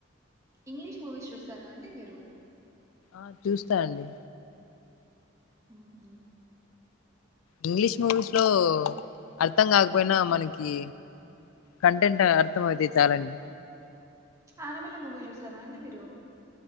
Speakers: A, on the right; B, on the left.
A: ఇంగ్లీష్ మూవీస్ చూస్తారా అండి. మీరు
B: ఆ చూస్తా అండి.
A: హు హ్మ్
B: ఇంగ్లీష్ మూవీస్ లో అర్థం కాకపోయినా, మనకి కంటెంట్ అర్థం అయితే చాలండి.
A: ఆనబిల్ల మూవీ చూసారా అండి మీరు